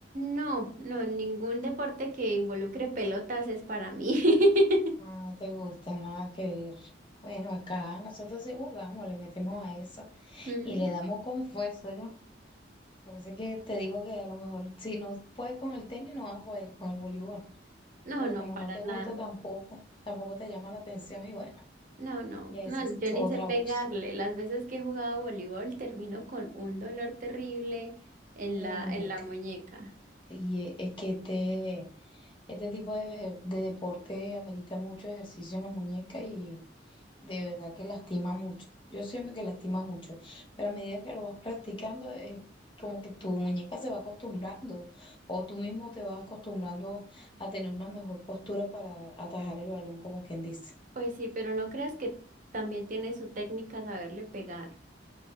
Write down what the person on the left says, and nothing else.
No, no te gusta, nada que ver. Bueno, acá nosotros sí jugamos, le metemos a eso
y le damos con fuerza, yo. Por eso es que te digo que a lo mejor si no puedes con el tenis, no vas a poder con el voleibol.
Pero
como
no te
gusta tampoco, tampoco te llama la atención y bueno,
ya esa
es
tu
otra
voz
en
las muñecas.
Y e- es que este, este tipo de, de deporte amerita mucho ejercicio en la muñeca y De verdad que lastima mucho. Yo siento que lastima mucho, pero a medida que lo vas practicando, es como que tu muñeca se va acostumbrando o tú mismo te vas acostumbrando a tener una mejor postura para atajar el balón, como quien dice.